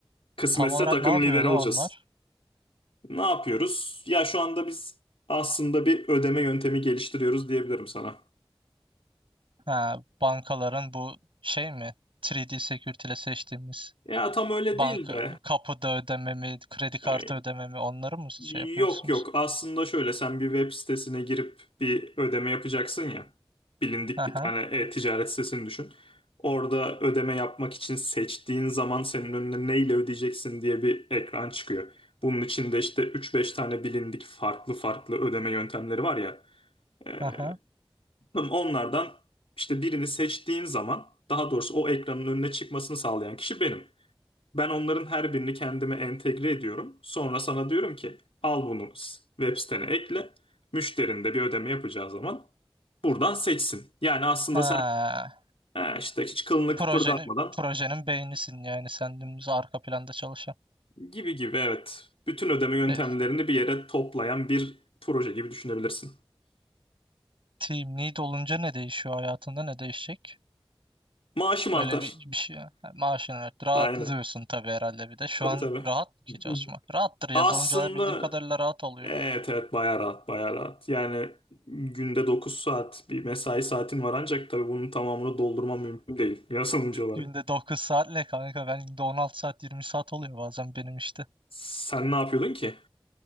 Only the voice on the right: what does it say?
Tam olarak
ne yapıyor
la
onlar?
Ha, bankaların bu şey mi? 3D Security ile seçtiğimiz
banka
kapıda ödememi, kredi kartı
ödememi onları mı şey
yapıyorsunuz?
Aha,
aha.
Ha.
Projenin,
projenin beynisin yani sen dümdüz arka planda çalışan.
E,
team lead olunca ne değişiyor hayatında ne değişecek?
Öyle
bir, bir şey. Yani maaşını ver. Rahatlıyorsun
tabii herhalde bir de. Şu
an
rahat mı ki
çalışma? Rahattır. Yazılımcılar
bildiğim kadarıyla rahat oluyor.
Günde 9 saat ne kanka? Ben günde 16 saat 20 saat oluyor bazen benim işte.